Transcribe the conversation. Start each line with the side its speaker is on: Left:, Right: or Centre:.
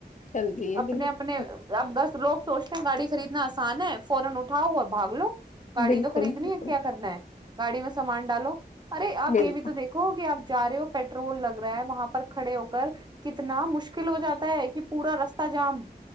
Left: جلدی ہے
Right: اپنے
Left: بالکل
Right: اپنے اب دس لوگ سوچتے گاڑی خریدنا آسان ہے فورا اٹھاؤ اور بھاگ لو گاڑی
Left: بالکل
Right: تو خریدنی
Left: بالکل
Right: ہے کیا کرنا ہے گاڑی میں سامان ڈالو ارے اپ
Left: بالکل
Right: یہ بھی تو دیکھو کہ اپ چار پیٹرول لگ رہا ہے وہاں پر کھڑے ہو کر کتنا مشکل ہو جاتا ہے کہ پورا رستہ جام